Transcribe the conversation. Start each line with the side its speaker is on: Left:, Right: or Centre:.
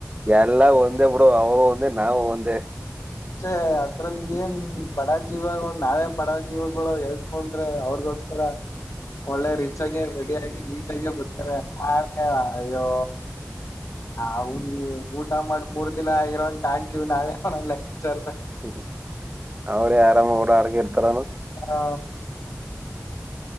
Right: ಎಲ್ಲಾ ಒಂದ ಬಿಡ ಅವರು ಒಂದ ನಾವವು ಒಂದೇ
Left: ಅೆ ಅದ್ರಲ್ಲಿ ಏನ್ ಬಡ ಜೀವಗಳು ನಾವೇ ಬಡ ಜೀವಗಳು ಹೇಳ್ಕೋಡ್ರೆ ಅವ್ರಗ <unintelligible> ಒಳ್ಳೆ ರಿಚ್ ಆಗಿ ರೆಡಿಯಾಗಿಿ ನೀಟಗಿಯ ಗತ್ತಾರೆ ಮ ಅಯ್ಯೋ ಅವ ಊಟ ಮಾಡಿ ಮೂರ್ ದಿನ ಇರಂಗ ಕಾಣ್ತಿವಿ ನಾವೇ ಅವ ಲೆಕ್ಕಾಚರ್
Right: ಹ್ಮ ಅವ್ರ ಯಾರ ಓಡಾಡ್ಗ ಇರ್ತಾರಾನ
Left: ಹಾ